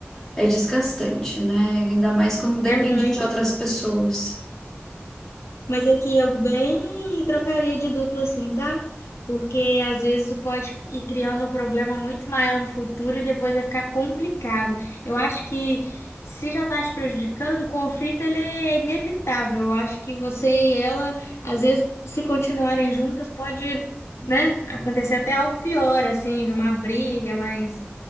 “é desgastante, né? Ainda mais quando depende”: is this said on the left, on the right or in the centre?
Centre